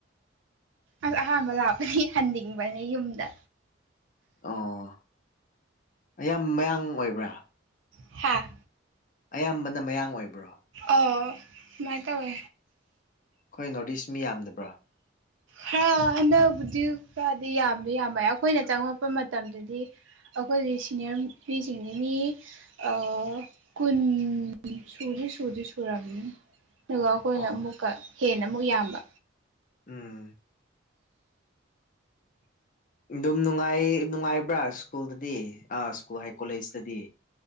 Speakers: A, on the right (about 70°); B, on the left (about 40°).
A: ꯑꯁ ꯑꯍꯥꯟꯕ ꯂꯥꯛꯄꯗꯤ ꯍꯟꯅꯤꯡꯕꯅꯦ ꯌꯨꯝꯗ
B: ꯑꯣ ꯑꯌꯥꯝ ꯃꯌꯥꯡ ꯑꯣꯏꯕ꯭ꯔꯥ
A: ꯍꯥꯥ
B: ꯑꯌꯥꯝꯕꯅ ꯃꯌꯥꯡ ꯑꯣꯏꯕ꯭ꯔꯣ
A: ꯑ ꯃꯥꯏ ꯇꯧꯋꯦ
B: ꯈꯣꯏ ꯅꯣꯔꯠ ꯏꯁ ꯃꯤ ꯌꯥꯝꯗꯕ꯭ꯔꯣ
A: ꯍ ꯍꯟꯗꯛꯕꯨꯗꯤ ꯈꯔꯗꯤ ꯌꯥꯝꯗꯤ ꯌꯥꯝꯃꯛꯑꯦ ꯈꯣꯏꯅ ꯆꯪꯉꯛꯄ ꯃꯇꯝꯗꯗꯤ ꯑꯈꯣꯏꯒꯤ ꯁꯤꯅꯤꯌꯔ ꯅꯨꯄꯤꯁꯤꯡꯗꯤ ꯃꯤ ꯑ ꯀꯨꯟ ꯁꯨꯗꯤ ꯁꯨꯗꯔꯤ ꯁꯨꯔꯝꯅꯤ ꯑꯗꯨꯒ ꯑꯈꯣꯏꯅ
B: ꯑꯣ
A: ꯑꯃꯨꯛꯀ ꯍꯦꯟꯅ ꯑꯃꯨꯛ ꯌꯥꯝꯕ
B: ꯎꯝ ꯑꯗꯨꯝ ꯅꯨꯡꯉꯥꯏ ꯅꯨꯡꯉꯥꯏꯕ꯭ꯔꯥ ꯁ꯭ꯀꯨꯜꯗꯗꯤ ꯑꯥ ꯁ꯭ꯀꯨꯜ ꯍꯥꯏ ꯀꯣꯂꯦꯖꯇꯗꯤ